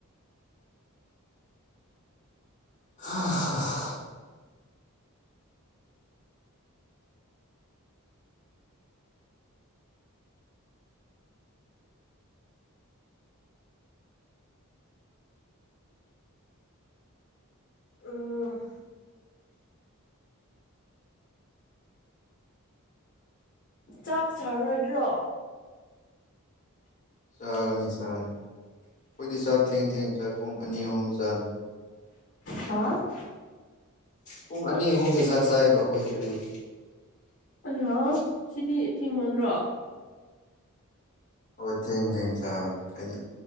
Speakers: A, on the left; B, on the left.
A: <unintelligible>
B: ꯎꯝ ꯆꯥꯛ ꯆꯥꯔꯣꯏꯗ꯭ꯔꯣ?
A: ꯆꯥꯅꯤ- ꯆꯥꯅꯤ ꯑꯩꯈꯣꯏꯗꯤ ꯆꯥꯛ ꯊꯦꯡ - ꯊꯦꯡ ꯆꯥꯏ ꯄꯨꯡ ꯑꯅꯤ ꯑꯍꯨꯝ ꯆꯥꯅꯤ꯫
B: ꯍꯥ
A: ꯄꯨꯡ ꯑꯅꯤ ꯑꯍꯨꯝꯗ ꯆꯥꯛ ꯆꯥꯏꯌꯦꯕ ꯑꯩꯈꯣꯏꯗꯤ ꯑꯌꯨꯛ꯫
B: ꯑꯌꯥ ꯁꯤꯗꯤ ꯊꯦꯡꯃꯟꯔꯣ?
A: ꯍꯣꯏ ꯊꯦꯡ - ꯊꯦꯡ ꯆꯥꯕꯅꯦ ꯍꯥꯏꯗꯤ